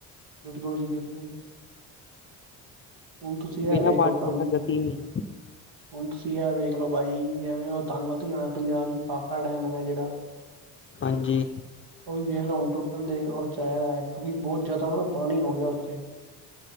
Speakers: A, on the right (about 55°); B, on the left (about 25°).
A: ਤੁਹਾਡ ਗੋਲ ਜੀ ਬਿਲਕੁੱਲ। ਹੁਣ ਤੁਸੀਂ ਇਹ
B: ਬਿਨਾਂ
A: ਵੇਖ
B: ਪਾਣੀ
A: ਲਓ ਤਾਂਵੀ
B: ਦੇ ਤਾਂ ਗਤੀ ਨਹੀਂ ਹੈ
A: ਹੁਣ ਤੁਸੀਂ ਹੈ ਵੇਖ ਲਓ ਪਾਜੀ ਜਿਵੇਂ ਉਹ ਤਨ ਪਤਾ ਹੀ ਜਾਣਾ ਪੰਜਾਬ ਵਿੱਚ ਪਾਖੜਾ ਡੈਮ ਹੈਗਾ ਜਿਹੜਾ
B: ਹਾਂਜੀ।
A: ਉਹ ਵੀ ਵੇਖ ਲ ਹੁਣ ਟੁੱਟਣ ਦੇ ਉਹ ਚ ਹੋਯਾ ਹੈ ਕਿਉਂਕਿ ਬਹੁਤ ਜ਼ਿਆਦਾ ਨਾ ਪਾਣੀ ਹੋ ਗਿਆ ਉੱਥੇ।